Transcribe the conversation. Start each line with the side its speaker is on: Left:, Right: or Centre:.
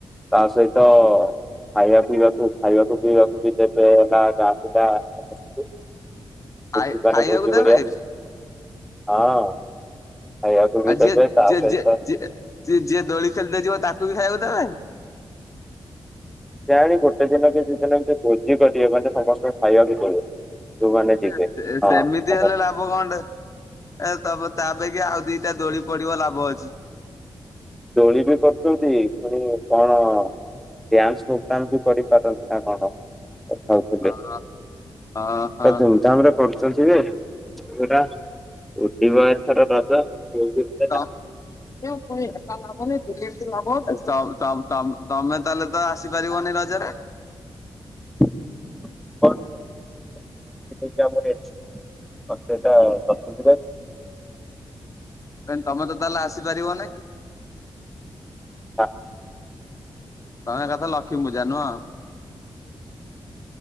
Centre: ତା ସହିତ ଖାଇବା ପିଇବାକୁ ଖାଇବାକୁ ପିଇବାକୁ ବି ଦେବେ ହେଲା ଗାଁ ପିଲା ସମସ୍ତଙ୍କୁ। ଭୋଜିମାନେ
Left: ଆୟା ଖାଇବାକୁ
Centre: ଭୋଜି
Left: ଦେବେ?
Centre: ଭଳିଆ ହଁ। ଖାଇବାକୁ ବି
Left: ଆଉ
Centre: ଦେବେ
Left: ଯିଏ
Centre: ତା
Left: ଯିଏ
Centre: ସହିତ
Left: ଯିଏ ଯିଏ ଯିଏ ଯିଏ ଦୋଳି ଖେଳି ତେ ଯିବ ତାକୁ ବି ଖାଇବାକୁ ଦେବେ।
Centre: କିଆଁଣି ଗୋଟେ ଦିନ କି ଦି ଦିନ ଏମିତି ଭୋଜି କରିବେ ମାନେ ସମସ୍ତଙ୍କୁ ଖାଇବାକୁ ଦେବେ। ଯୋଉମାନେ ଯିବେ।
Left: ଏ ସେ
Centre: ହଁ
Left: ସେମିତି
Centre: ସମ
Left: ହେଲେ ଲା ଭ କଣ ଟେ ଏ ତବ ତା ଅପେକ୍ଷା ଆଉ ଦିଟା ଦୋଳି ପଡିବ ଲାଭ ଅଛି।
Centre: ଦୋଳି ବି କରୁଛନ୍ତି ପୁଣି କଣ ଡ୍ୟାନ୍ସ୍ ପୋଗ୍ରାମ୍ ବି କରିପାରନ୍ତି ନା କଣ କଥା ହ <unintelligible>
Left: ହଁ ହଁ ହଁ।
Centre: ଧୁମଧାମ ରେ କରୁ ଛନ୍ତି ଯେ ଏଇଟା ଉଡ଼ିବ ଏଥର ରଜ କେ
Left: ତ ତମ୍ ତମ୍ ତମ୍ ତମେ ତାହେଲେ ତ ଆସିପାରିବନି ରଜରେ?
Centre: <unintelligible> <unintelligible>
Left: କାଇଁ ତମେ ତ ତାହେଲେ ଆସି ପାରିବନି?
Centre: ହଁ।
Left: ତମେ ଏକାଥରେ ଲକ୍ଷ୍ମୀ ପୂଜା ନୁହଁ?